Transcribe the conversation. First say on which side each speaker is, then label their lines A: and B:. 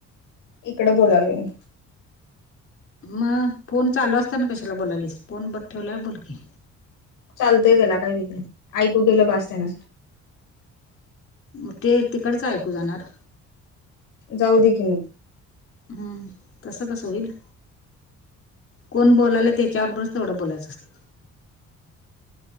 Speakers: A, on the left; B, on the left.
A: इकडे बोलायलो मी.
B: मग फोन चालू असताना कशाला बोलालीस फोन बंद ठेवल्यावर बोल की.
A: चालतंय त्याला काही विक नाही ऐकू गेलं पास त्याना.
B: मग ते तिकडच ऐकू जाणार.
A: जाऊ दे की मग.
B: हम्म तसं कसं होईल. कोण बोलायला त्याच्यावर बरच तेवढं बोलायचं असते.